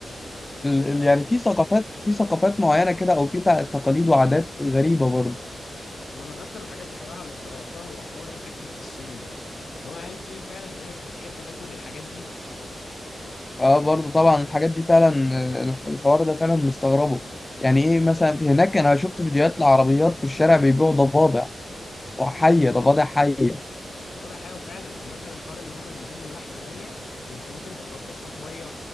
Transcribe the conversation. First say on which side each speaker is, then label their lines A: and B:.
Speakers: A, on the left; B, on the left.
A: ال- ال- يعني في ثقافات في ثقافات معينة كده او في تق- تقاليد وعادات غريبة برضه
B: انا من اكتر الحاجات بصراحه اللي استغربتها هو حوار الاكل في الصين ده اللي هو هل في فعلا ناس بتحب تاكل الحاجات دي
A: اه برضه طبعا الحاجات دي فعلا آه، الحوار ده فعلا مستغربه يعني ايه مثلا في هناك انا شفت فيديوهات لعربيات في الشارع بيبيعوا ضفادع وحية
B: اه
A: ضفادع حية
B: ده فاضح حاجه فعلا ومثلا حوار ان هما بيجيبوا اللحمه نيه ويخلوك انت تغطسها في ميه